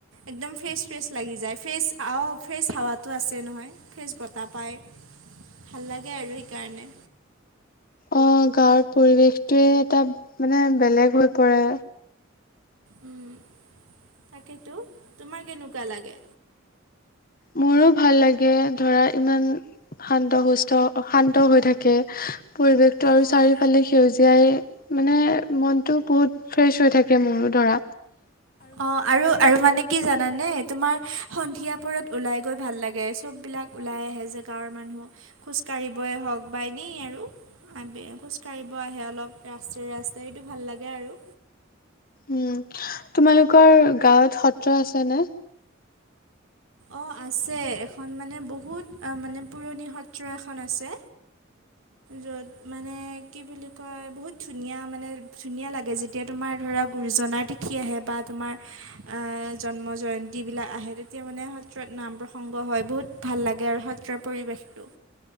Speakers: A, on the right; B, on the left.
A: একদম ফ্ৰেছ ফ্ৰেছ লাগি যায় ফ্ৰেছ আৱ ফ্ৰেছ হাৱাটো আছে নহয় ফ্ৰেজ বতাহ পাই ভাল লাগে আৰু সেইকাৰণে
B: অ গাঁৱৰ পৰিৱেশটোৱে এটা মানে বেলেগ হৈ পৰে
A: উম তাকেতো তোমাক কেনেকুৱা লাগে
B: মোৰো ভাল লাগে ধৰা ইমান শান্ত সুস্থ শান্ত হৈ থাকে পৰিৱেশটো আৰু
A: অঁ
B: চাৰিওফালে সেউজ জীয়াই মানে মনটো বহুত ফ্ৰেছ হৈ থাকে মোৰো ধৰা
A: অ আৰু আৰু মানে কি জানানে তোমাৰ সন্ধিয়াপৰত ওলাই গৈ ভাল লাগে চববিলাক ওলাই আহে যে গাঁৱৰ মানুহ খোজকাঢ়িবই হওক বা এনেই আৰু আবে খোজ কাঢ়িব আহে অলপ ৰাস্তাই ৰাস্তাইতো ভাল লাগে আৰু
B: উম তোমালোকৰ গাঁৱত সত্ৰ আছে নে
A: অ আছে এখন মানে বহুত মানে পুৰণি সত্ৰ এখন আছে য'ত মানে কি বুলি কয় বহুত ধুনীয়া মানে ধুনীয়া লাগে যি এতিয়া তোমাৰ ধৰা গুৰুজনাৰ তিথি আহে বা তোমাৰ জন্ম জয় ন্তী বিলাক আহে তেতিয়া মানে সত্ৰত নাম প্ৰসংগ হয় বহুত ভাল লাগে আৰু সত্ৰৰ পৰিৱেশটো